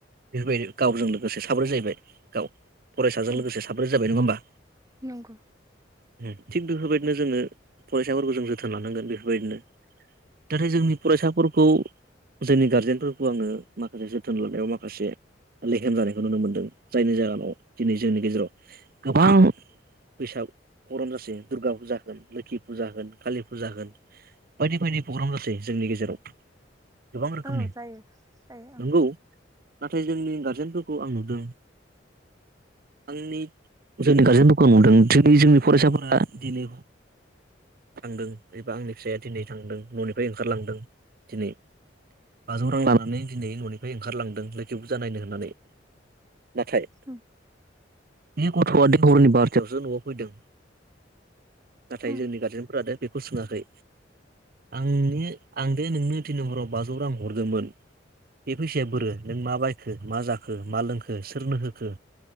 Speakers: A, on the right (about 50°); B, on the right (about 20°).
A: बेफोरबायदि गावजों लोगोसे साब्रै जाहैबाय गाव फरायसाजों
B: उम
A: लोगोसे साब्रै जाबाय नङा होमबा?
B: नंगौ
A: उम थिग बेफोरबायदिनो जोङो फरायसाफोरखौ जों थोन लानांगोन बेफोरबायदिनो थाथाय जोंनि फरायसाफोरखौ जोंनि गारजेनफोरखौ आङो माखासे जोथोन लानायाव माखासे लेखम जानायखौ नुनो मोनदों जायनि जाहोनाव दिनै जोंनि गेजेराव गोबां बैसाग प्रग्राम जासै दुर्गा फुजा होन लोखि फुजा होन कालि फुजा होन बायदि बायदि प्रग्राम जासै जों जोंनि गेजेराव गोबां रोखोमनि
B: औ जायो जायो ओं
A: नंगौ नाथाय जोंनि गारजेनफोरखौ आं नुदों आंनि जोंनि गारजेनफोरखौ नुदों थिग बि जोंनि फरायसाफोरा दिनै थांदों एबा आंनि फिसाया दिनै थांदों न'निफ्राय ओंखारलांदों दिनै बाजौ रां लानानै दिनै न'निफ्राय ओंखारलांदों लोखि बुरजा नायनो होननानै नाथाय
B: उम
A: बे गथ'वादि हरनि बारथायावसो न'वाव फैदों नाथाय
B: उम
A: जोंनि गारजेनफोरादो बेखौ सोङाखै आंनि आं दे नोंनो तिन हराव बाजौ रां हरदोंमोन बे फैसाया बोरो नों मा बायखो मा जा खो मा लोंखो सोरनो होखो